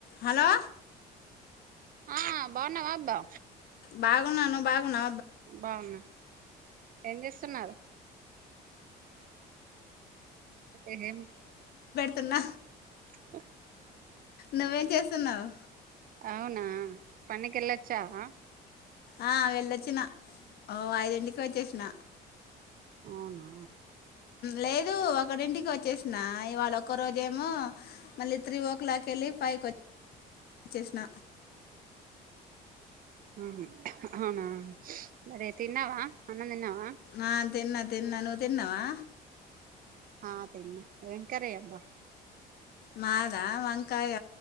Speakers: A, on the left; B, on the right.
A: Hello
B: ఆ బాగున్నావా అబ్బా
A: బాగున్నా నువ్ బాగున్నా
B: బాగున్నా ఏం చేస్తున్నారు ఏగెంన్
A: తున్న
B: <unintelligible>
A: నువ్వేం చేస్తున్నావు
B: అవునా పన్నికలచ్చావ
A: ఆ వెళ్ళొచ్చిన ఓ ఐదింటికి వచ్చేసిన
B: అవునా
A: లేదు ఒకటింటికి వచ్చేసినా ఇవాళ ఒక్క రోజేమో మళ్ళీ త్రీ ఓ క్లాక్ వెళ్ళి ఫైవ్కి వచ్చేసిన
B: ఆహ అవునా మరి తిన్నావా అన్నం తిన్నావా
A: నా తిన్నా తిన్నా నువ్వు తిన్నావా
B: ఆ తిన్న ఏం కరీ అబ్బ
A: మాదా వంకాయ